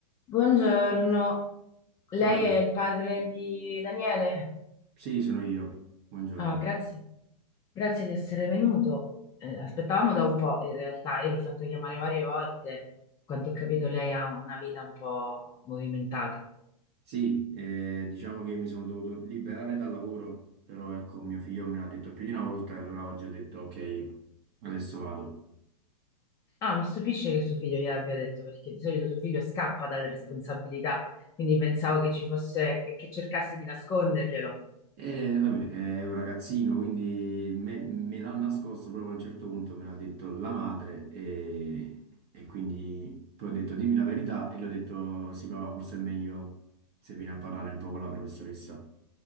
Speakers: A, on the left; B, on the right.
A: Buongiorno, lei
B: Salve,
A: è il padre di Daniele?
B: sì, sono io. Buongiorno.
A: Ah, grazie, grazie di essere venuto. Eh, aspettavamo da un po', in realtà, io l'ho fatto chiamare varie volte. Quanto ho capito, lei ha una vita un po' movimentata.
B: Sì, eh, diciamo che mi sono dovuto liberare dal lavoro, però ecco, mio figlio me l'ha detto più di una volta e allora oggi ho detto ok, adesso vado.
A: Ah, mi stupisce che suo figlio gliel'abbia detto, perché di solito suo figlio scappa dalle responsabilità, quindi pensavo che ci fosse, che, che cercasse di nasconderglielo.
B: E vabbè, è un ragazzino, quindi me, me l'ha nascosto proprio a un certo punto, me l'ha detto la madre e, e quindi poi ho detto dimmi la verità e gli ho detto sì papà, forse è meglio se vieni a parlare un po' con la professoressa.